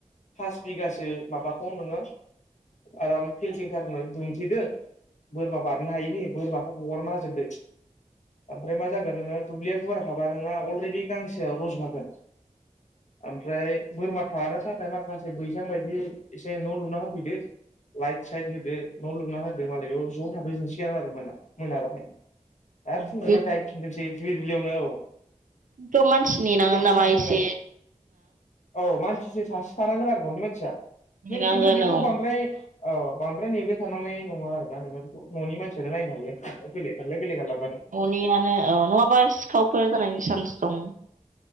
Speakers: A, on the left; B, on the right.
A: फास बिगासो माबाखौ नोङो आराम फिलटिंथारहोनानै दुमथेदो बोरमा बारनो हायिनि बोरमाखौ हगारना होजोबदो ओमफ्राय मा जागोन
B: औ
A: नोङो दुब्लिया गुवारखाबा नोंना अलरेडि गांसेआ रज' खागोन। आम ओमफ्राय बोरमा थानो थाखाय माखासे बैसां बायदि एसे न' लुना होफैदो लाइट साइट होदो न' लुना होदो मालाय बेयाव ज' थाफैजोबनसिगोन आरो होमबाना मोनाबाथाय।
B: औ
A: <unintelligible> दुब्लियावनो औ
B: खौथ' मानसि नेनागोन
A: बेबायदि
B: नामा
A: सानदोंमोन
B: एसे
A: आं औ मानसिसो सासे थानांगोन आरो न'नि मानसिया
B: नेनांगोन
A: नों खिन्थु बेखौ
B: औ
A: बांद्राय औ बांद्राय नेबाय थांनांनाय नङा आरो नोंङो बेखौ न'नि मानसियानो नायनो हायो थांलाय फैलाय थांलाय बेलाय खालामबानो
B: न'नियानो ओ नङाबा सिखावफोर जानायनि चान्स सम